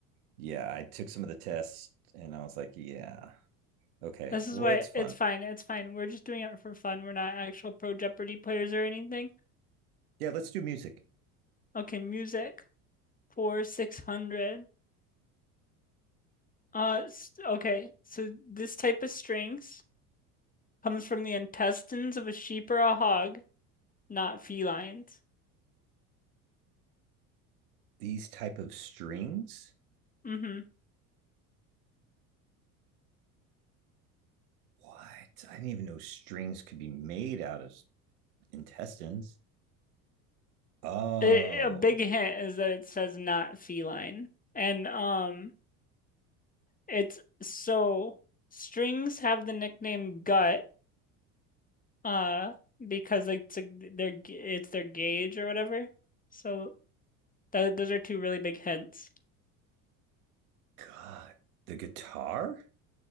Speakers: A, on the right; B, on the left.
A: yeah, I took some of the tests, and I was like, yeah, okay,
B: This
A: well,
B: is why
A: it's fun.
B: it's fine. It's fine. We're just doing it for fun. We're not actual Pro Jeopardy players or anything.
A: Yeah, let's do music.
B: Okay, music for 600. Uh, s- okay. So this type of strings comes from the intestines of a sheep or a hog. Not felines.
A: These type of strings.
B: Mm-hmm.
A: What? I didn't even know strings could be made out of s- intestines. Oh
B: It, a big hint is that it says not feline. And um it's so strings have the nickname gut uh because like, it's a, their g- it's their gauge or whatever. So tho- those are two really big hints.
A: God, the guitar.